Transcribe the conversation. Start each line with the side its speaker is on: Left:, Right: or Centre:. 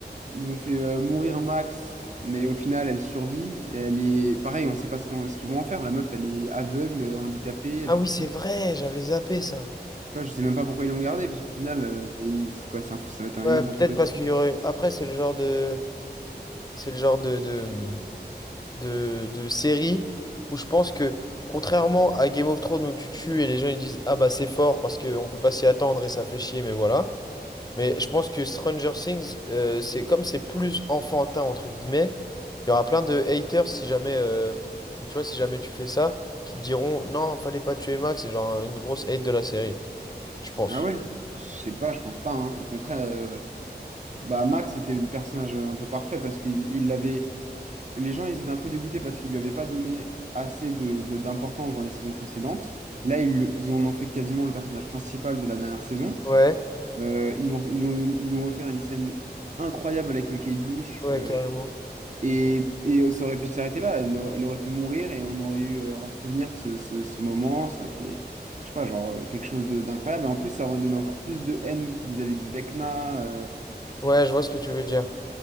Right: Ils ont fait euh, mourir Max, mais au final, elle survit. et Elle est. Pareil, on sait pas ce qu'on- ce qu'ils vont en faire. La meuf, elle est aveugle, euh, handicapée, elle
Left: Ah
Right: peut
Left: oui, c'est vrai, j'avais zappé ça.
Right: Tu vois, je sais même pas pourquoi ils l'ont gardé, parce qu'au final, euh, il- c'est quoi, c'est un fou- ça va être un-
Left: Ouais,
Right: une meuf
Left: peut-être
Right: en fauteuil
Left: parce qu'il
Right: roulant.
Left: y aurait. Après, c'est le genre de. C'est le genre de, de, de, de séries où je pense que, contrairement à Game of Thrones où tu tues et les gens ils disent Ah bah c'est fort parce qu'on peut pas s'y attendre et ça fait chier, mais voilà. Mais je pense que Stranger Things, euh, c'est comme c'est plus enfantin entre guillemets, il y aura plein de haters si jamais, euh, tu vois, si jamais tu fais ça, qui te diront Non, fallait pas tuer Max, c'est genre une grosse hate de la série, je pense.
Right: Ah ouais? Je sais pas, je pense pas. hein. Au contraire, euh, bah Max était le personnage euh, un peu parfait parce qu'ils il l'avait. Les gens, ils étaient un peu dégoûtés parce qu'ils lui avaient pas donné assez de, de- d'importance dans les saisons précédentes. Là, ils, le- ils en ont fait quasiment le personnage principal de la dernière saison.
Left: Ouais,
Right: Euh, ils ont, ils lui ont, ils lui ont offert une scène incroyable avec le Kate Bush.
Left: ouais,
Right: euh,
Left: carrément.
Right: Et, et, euh, ça aurait pu s'arrêter là. Elle, elle aurait pu mourir et on aurait eu euh, en souvenir ce, ce- ce moment. Ça aurait été, je sais pas, genre euh, quelque chose de- d'incroyable. Et en plus, ça aurait donné encore plus de haine vis-à-vis de Vecna. euh.
Left: Ouais, je vois ce que tu veux dire.